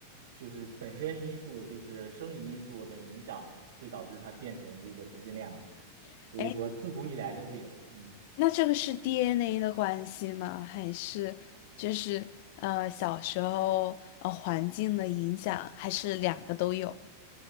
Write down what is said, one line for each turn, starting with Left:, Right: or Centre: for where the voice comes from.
Right: 就是本身因素，就是生理因素的影响，会导致他变成这个同性恋嘛。
Left: <laughs>
Right: 所以说，
Left: 哎，
Right: 自古以来都会有的。嗯。
Left: 那这个是 DNA 的关系吗？还是就是呃小时候呃环境的影响，还是两个都有？